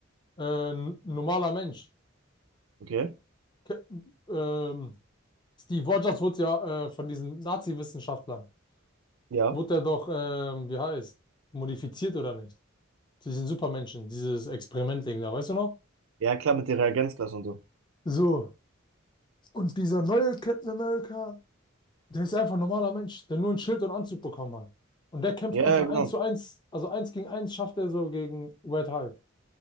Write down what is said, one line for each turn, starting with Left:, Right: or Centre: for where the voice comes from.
Left: äh, normaler Mensch.
Right: okay.
Left: Ke- Ähm, Steve Rogers wurde ja äh, von diesen Nazi-Wissenschaftlern,
Right: Ja.
Left: wurde er doch, ähm, wie heißt, modifiziert oder nicht? Durch den Supermenschen, dieses Experiment-Ding da, weißt du noch?
Right: Ja, klar, mit der Reagenzglas und so.
Left: So. Und dieser neue Captain America, Der ist einfach ein normaler Mensch, der nur ein Schild und Anzug bekommen hat. Und der kämpft
Right: Ja,
Left: einfach
Right: ja, genau.
Left: eins zu eins, also eins gegen eins schafft er so gegen Red Hulk.